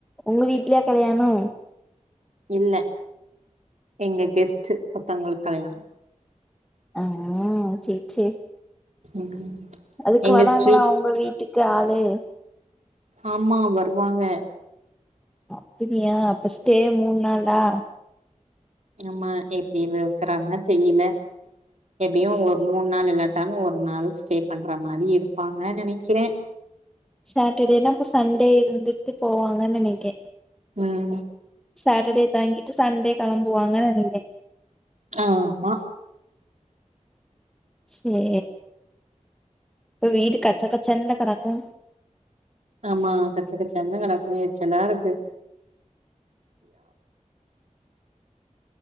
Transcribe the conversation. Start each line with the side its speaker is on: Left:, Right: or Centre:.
Centre: உங்க வீட்லயா கல்யாணோ
Right: இல்ல எங்க கெஸ்ட்டு ஒருத்தங்களுக்கு கல்யாண
Centre: ஆ ம் செரி செரி
Right: ம்
Centre: அதுக்கு
Right: எங்க
Centre: வராங்களா
Right: ஸ்ட்ரீட்
Centre: உங்க வீட்டுக்கு ஆளு
Right: ஆமா வருவாங்க
Centre: அப்பிடியா அப்ப ஸ்டே மூண் நாளா
Right: ஆமா எப்டி இருக்கிறாங்க தெரியில எப்டியு மூண் நாள் இல்லாட்டாலு ஒரு நாள் ஸ்டே பண்ற மாரி இருப்பாங்க நெனைக்கிறே
Centre: சாட்டர்டேனா இப்ப சண்டே இருந்துட்டு போவாங்கன்னு நெனைக்கே
Right: ம்
Centre: சாட்டர்டே தாங்கிட்டு சண்டே களம்புவாங்க நீனைக்
Right: ஆமா
Centre: சேரி இப்போ வீடு கச்ச கச்சன்ல்ல கடக்கு
Right: ஆமா கச்சை கச்சந்தா கடக்கு எரிச்சலா இருக்கு